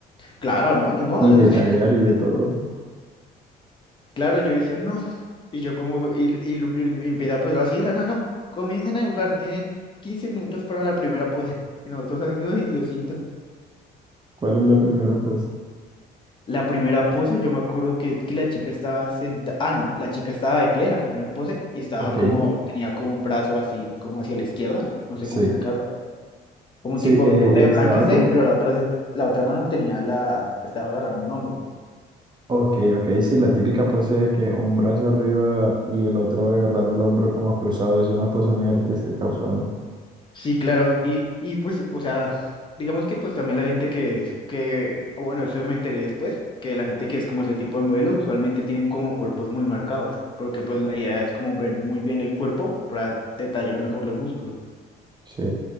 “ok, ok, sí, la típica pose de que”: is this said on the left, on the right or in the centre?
Right